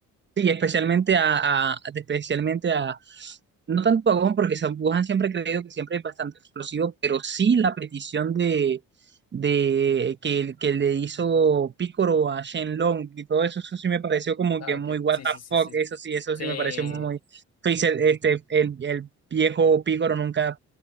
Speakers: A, on the right (about 35°); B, on the left (about 55°).
A: Sí, especialmente a, a- especialmente a, no tanto a Gon, porque San- Wuhan siempre he creído que siempre es bastante explosivo, pero sí la petición de, de que, que le hizo Picoro a Shenlong y todo eso, eso sí me pareció como
B: Ah,
A: que
B: ok.
A: muy what
B: Sí,
A: the
B: sí, sí,
A: fuck,
B: sí.
A: eso sí, eso
B: Sí,
A: sí me pareció muy Freezer, este, el, el viejo Picoro nunca